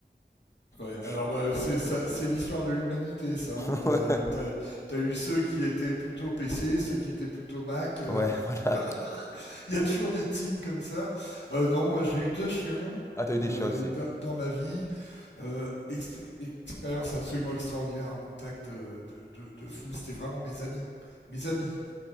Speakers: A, on the left; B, on the left.
A: Ouais,
B: Moi,
A: alors
B: je-
A: bah, c'est ça, c'est l'histoire de l'humanité, ça.
B: <laughs>
A: Hein. T'as, t'as, t'as eu ceux qui étaient plutôt PC, ceux qui étaient plutôt Mac. euh,
B: Ouais, voilà.
A: <laughs> tu vois. Il y a toujours des teams comme ça. Euh, non, moi j'ai eu deux chiens
B: Ah, t'as
A: euh,
B: eu des chiens aussi.
A: dans, dans ma vie. Euh, ex- expérience absolument extraordinaire en contact euh, de, de, de fou. C'était vraiment mes amis, mes amis.